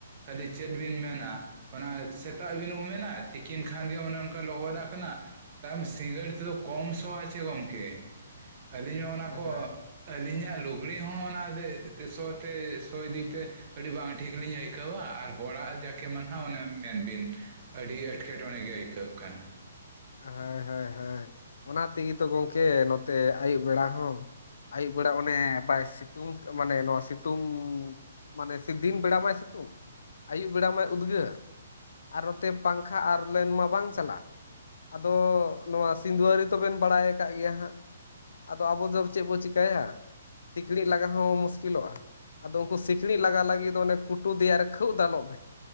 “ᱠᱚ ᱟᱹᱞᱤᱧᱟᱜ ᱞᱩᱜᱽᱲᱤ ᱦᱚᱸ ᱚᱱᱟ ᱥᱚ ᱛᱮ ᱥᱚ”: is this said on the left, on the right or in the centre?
Right